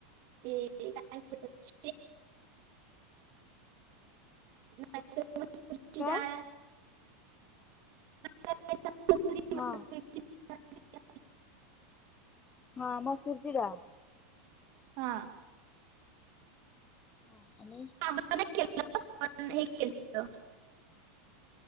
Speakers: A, on the right; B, on the left.
A: ते तिला नाही पटत. घरात चकमक तुरीची
B: काय
A: डाळ असत. करायचं असलं तरी मसूरची
B: हां.
A: डाळ असते.
B: हां मसुर ची डाळ.
A: हां. <inaudible>
B: ह. आणि
A: <unintelligible>